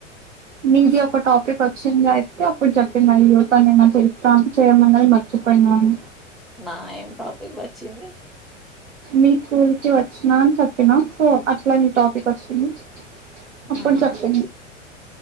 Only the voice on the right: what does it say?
మీది ఒక టాపిక్ వచ్చింది అయితే అప్పుడు చెప్పింది అయ్యో నను చేస్తాను చేయమన్నది మ చెప్పండి వాని
మీ స్కూల్ కి వచ్చినా అని చెప్పినా సో అట్లా నీ టాపిక్ వచ్చి మ్మ్ అప్పుడు
చెప్పింది